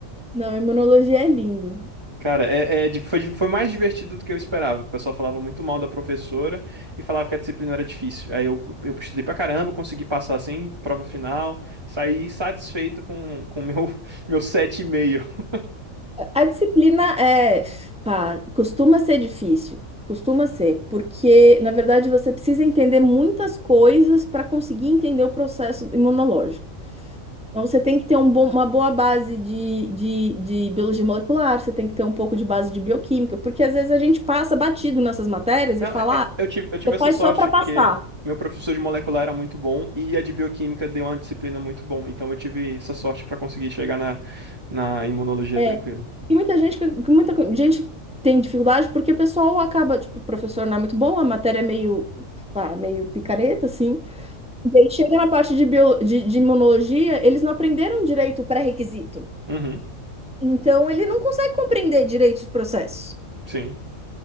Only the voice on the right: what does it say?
Cara, é, é di- foi, di- foi mais divertido do que eu esperava. O pessoal falava muito mal da professora e falava que a disciplina era difícil. Aí eu, eu estudei pra caramba, consegui passar sem prova final, saí satisfeito com o meu, <laughs> meu 7,5. meio.
Não,
é- é-
eu tive, eu tive
essa
sorte,
porque meu professor de molecular era muito bom e a de bioquímica deu uma disciplina muito bom. Então eu tive essa sorte pra conseguir chegar na, na imunologia
tranquilo.
Uhum,
sim.